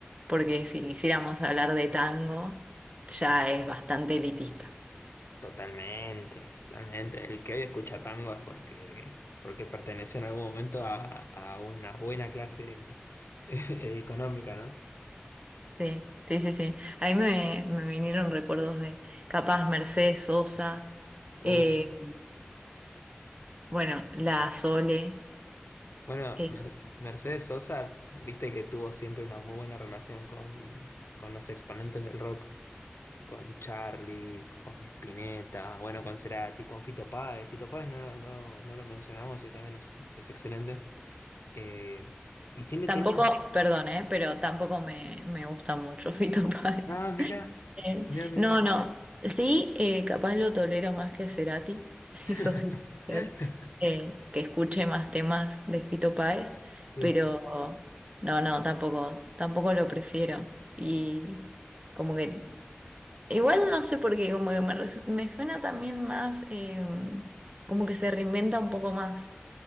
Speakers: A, on the right (about 30°); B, on the left (about 80°).
A: Porque si quisiéramos hablar de tango, ya es bastante elitista.
B: Totalmente, totalmente. El que hoy escucha tango es porque, porque perteneció en algún momento a, a una buena clase <laughs> eh, económica, ¿no?
A: Sí, sí, sí, sí. A mí me, me vinieron recuerdos de capaz Mercedes Sosa,
B: Uh.
A: eh, bueno, la Sole.
B: Bueno,
A: eh,
B: Mer- Mercedes Sosa, viste que tuvo siempre una muy buena relación con, con los exponentes del rock. con Charlie, con Spinetta, bueno, con Cerati, con Fito Páez. Fito Páez no, lo- no, no lo mencionamos y también es, es excelente. Eh, y tiene
A: Tampoco,
B: temas.
A: perdón, ¿eh? pero tampoco me, me gusta mucho <laughs> Fito Páez.
B: Ah, mirá,
A: Eh,
B: mirá, mirá.
A: No, no. Sí, eh, capaz lo tolero más que a Cerati, <laughs>
B: <laughs>
A: eso sí puede ser, eh, que escuche más temas de Fito Páez,
B: Sí.
A: pero no, no, tampoco, tampoco lo prefiero. Y como que, igual no sé por qué, como que me, resu- me suena también más, eh, como que se reinventa un poco más.